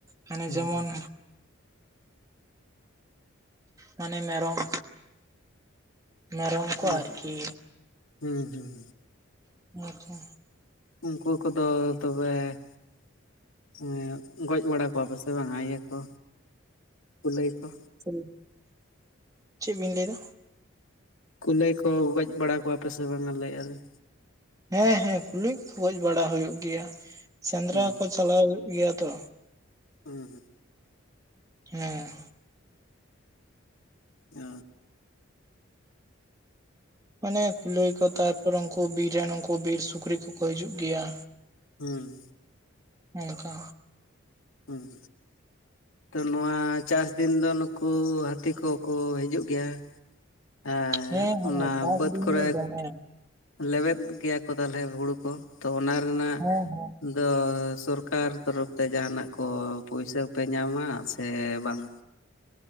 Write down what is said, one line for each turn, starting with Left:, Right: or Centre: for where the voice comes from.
Right: ᱢᱟᱱᱮ
Left: ᱦᱩᱸ
Right: ᱡᱮᱢᱚᱱ ᱢᱟᱱᱮ ᱢᱮᱨᱚᱢ ᱢᱮᱨᱚᱢ ᱠᱚ
Left: ᱦᱮᱸ
Right: ᱟᱨᱠᱤ᱾
Left: ᱦᱩᱸ ᱦᱩᱸ
Right: ᱟᱪᱪᱷᱟ
Left: ᱩᱝᱠᱩ ᱠᱚᱫᱚ ᱛᱚᱵᱮ ᱮᱜ ᱜᱚᱡ ᱵᱟᱲᱟ ᱠᱚᱣᱟ ᱯᱟᱥᱮ ᱵᱟᱝ ᱤᱭᱟᱹ ᱠᱚ ᱠᱩᱞᱟᱹᱭ ᱠᱚ
Right: <unintelligible> ᱪᱮᱜ ᱵᱤᱱ ᱞᱟᱹᱭᱫᱟ?
Left: ᱠᱩᱞᱟᱹᱭ ᱠᱚ ᱜᱚᱡ ᱵᱟᱲᱟ ᱠᱚᱣᱟᱯᱮ ᱥᱮ ᱵᱟᱝᱟ ᱞᱟᱹᱭᱮᱜᱼᱟᱹᱞᱤᱧ?
Right: ᱦᱮᱸ ᱦᱮᱸ ᱠᱩᱞᱟᱹᱭ ᱜᱚᱡ ᱵᱟᱲᱟ ᱦᱩᱭᱩᱜ ᱜᱮᱭᱟ, ᱥᱮᱸᱫᱽᱨᱟ
Left: ᱦᱩᱸ
Right: ᱠᱚ ᱪᱟᱞᱟᱣ ᱦᱩᱭᱩᱜ ᱜᱮᱭᱟ ᱛᱚ᱾
Left: ᱩᱸ
Right: ᱦᱮᱸ
Left: ᱚ
Right: ᱢᱟᱱᱮ ᱠᱩᱞᱟᱹᱭ ᱠᱚ ᱛᱟᱨᱯᱚᱨ ᱩᱱᱠᱩ ᱵᱤᱨ ᱨᱮᱱ ᱩᱱᱠᱩ ᱵᱤᱨ ᱥᱩᱠᱨᱤ ᱠᱚᱠᱚ ᱦᱤᱡᱩᱜ ᱜᱮᱭᱟ
Left: ᱦᱩᱸ
Right: ᱚᱱᱠᱟ
Left: ᱦᱩᱸ ᱛᱚ ᱱᱚᱣᱟ ᱪᱟᱥ ᱫᱤᱱ ᱫᱚ ᱱᱩᱠᱩ ᱦᱟᱹᱛᱤ ᱠᱚᱠᱚ ᱦᱤᱡᱩᱜ ᱜᱮᱭᱟ ᱟᱨ
Right: ᱦᱮᱸ ᱦᱮᱸ
Left: ᱚᱱᱟ
Right: ᱪᱟᱥ
Left: ᱵᱟᱹᱫ
Right: ᱫᱤᱱ
Left: ᱠᱚᱨᱮ
Right: ᱫᱚ ᱫᱚᱢᱮ
Left: ᱞᱮᱵᱮᱫ ᱜᱮᱭᱟ ᱠᱚ ᱛᱟᱦᱚᱞᱮ ᱦᱩᱲᱩ ᱠᱚ ᱛᱚ ᱚᱱᱟ ᱨᱮᱱᱟᱜ
Right: ᱦᱮᱸ ᱦᱮᱸ
Left: ᱫᱚ ᱥᱚᱨᱠᱟᱨ ᱛᱚᱨᱚᱯ ᱛᱮ ᱡᱟᱦᱟᱱᱟᱜ ᱠᱚ ᱯᱩᱭᱥᱟᱹ ᱯᱮ ᱧᱟᱢᱟ ᱥᱮ ᱵᱟᱝ